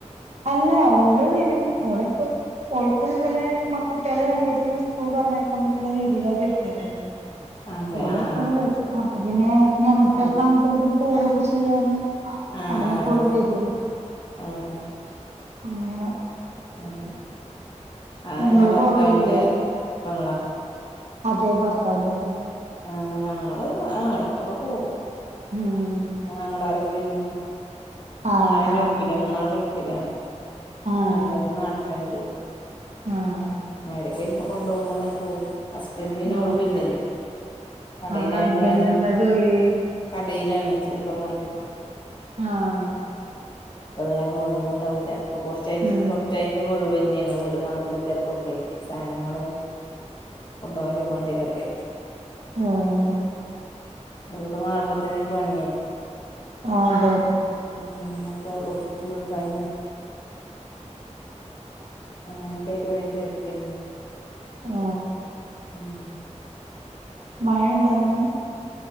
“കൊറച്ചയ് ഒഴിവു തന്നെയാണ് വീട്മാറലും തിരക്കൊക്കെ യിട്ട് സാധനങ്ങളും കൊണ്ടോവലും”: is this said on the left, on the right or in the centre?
Left